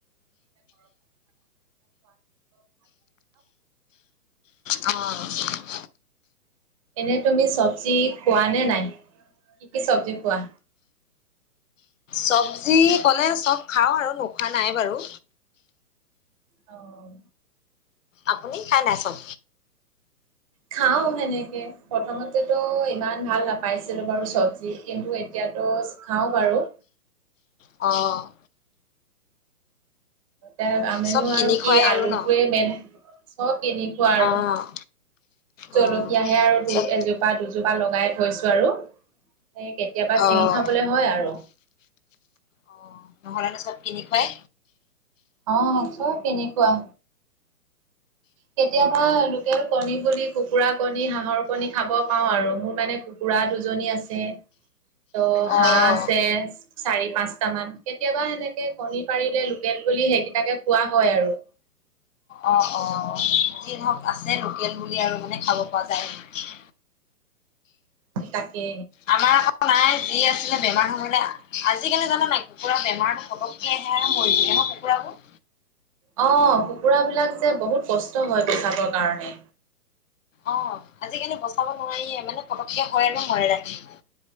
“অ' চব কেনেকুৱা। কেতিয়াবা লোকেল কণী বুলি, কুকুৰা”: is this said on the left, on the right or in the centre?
Right